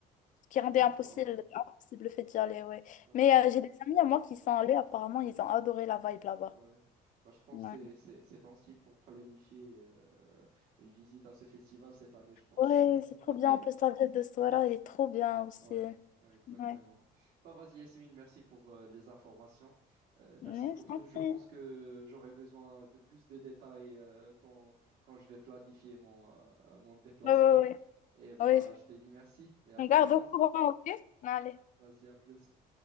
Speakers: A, on the left (about 50°); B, on the right (about 80°).
A: qui rendait
B: D'accord,
A: impossible, impossible le fait d'y aller, ouais.
B: d'accord.
A: Mais euh, j'ai des amis à moi qui sont allés, apparemment, ils ont adoré la vibe là-bas.
B: Ouais. Bah, je pense
A: Ouais,
B: que c'est, c'est, c'est un signe pour planifier euh, une visite à ce festival cette année, je pense.
A: ouais
B: <laughs>
A: c'est trop bien.
B: Mm.
A: En plus, la ville de Souera, elle est trop bien aussi.
B: Ouais, ouais, exactement.
A: Ouais.
B: Bah, vas-y, Yasmine, merci pour euh, les informations. Euh,
A: Mais
B: merci pour
A: je t'en
B: tout.
A: prie.
B: Je pense que j'aurai besoin de plus de détails euh, quand, quand je vais planifier mon, euh, mon déplacement.
A: ouais, ouais, ouais.
B: Et bah,
A: Ouais.
B: je te dis merci et à
A: On
B: plus
A: garde
B: tard.
A: au courant, ok? Allez.
B: Vas-y, à plus.